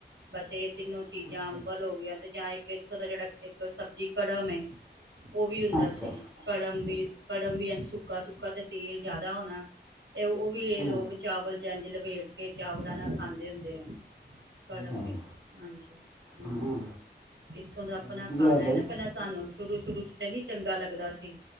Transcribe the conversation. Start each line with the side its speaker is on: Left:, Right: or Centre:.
Right: ਬਸ ਇਹ ਤਿੰਨੋ ਚੀਜ਼ਾਂ
Centre: ਅੱਛਾ
Right: ਅੰਬਲੋਂ ਤੇ ਜਾਂ ਇੱਕ ਇੱਥੋਂ ਦਾ ਜਿਹੜਾ ਇੱਕ ਸਬਜ਼ੀ ਕੜਮ ਏ ਉਹ ਵੀ ਹੁੰਦਾ
Centre: ਅੱਛਾ
Right: ਸੀ ਕੜਮ ਵੀ ਕੜਮ ਵੀ ਏਨ ਸੁੱਕਾ-ਸੁੱਕਾ ਤੇ ਤੇਲ ਜਿਆਦਾ ਹੋਣਾ ਤੇ ਉਹ ਵੀ
Centre: ਹਾਂ
Right: ਲੋਕ ਚਾਵਲ ਚ ਐਂਜ ਲਪੇਟ ਕੇ ਚਾਵਲਾਂ ਨਾਲ ਖਾਂਦੇ ਹੁੰਦੇ ਆ ਕੜਮ
Centre: ਹਾਂ
Right: ਵੀ ਹਾਂਜੀ ਹੂੰ
Centre: ਹਾਂ
Right: ਇੱਥੋਂ ਦਾ ਆਪਣਾ
Centre: ਵਧੀਆ
Right: ਖਾਣਾ
Centre: ਬਈ
Right: ਹੈ ਨਾ ਪਹਿਲਾਂ ਸਾਨੂੰ ਸ਼ੁਰੂ-ਸ਼ੁਰੂ ਚ ਚ ਨੀ ਚੰਗਾ ਲੱਗਦਾ ਸੀ।